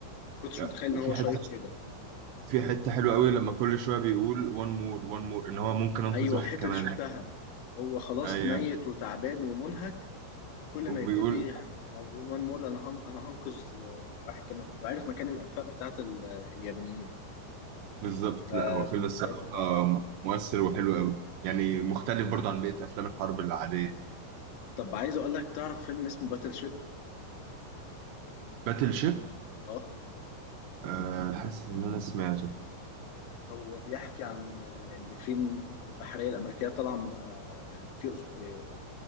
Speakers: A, on the left; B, on the right.
A: ما كنتش
B: لا
A: متخيل
B: وفي
A: ان هو
B: حته
A: شيق كده
B: في حتة حلوة قوي لما كل شوية بيقول one more one more ان هو ممكن انقذ
A: ايوه
B: واحد
A: الحته
B: كمان
A: دي شفتها هو خلاص
B: ايوه
A: ميت وتعبان ومنهك وكل
B: وبيقول
A: ما يبتدي يح- او بيقول وان مور انا هن... انا هنقذ آه، واحد كمان وعارف مكان الانفاق بتاعت ال... اليابانيين
B: بالظبط
A: فبجد
B: لا هو فيلم الصراحة مؤثر وحلو قوي يعني مختلف برضو عن بقية افلام الحرب العادية
A: طب عايز اقول لك تعرف فيلم اسمه باتل شيب
B: باتل شيب
A: اه
B: أه حاسس ان انا سمعته
A: هو بيحكي عن آه، ان في م- البحريه الامريكيه طالعه من آه، يعني في أس- آه،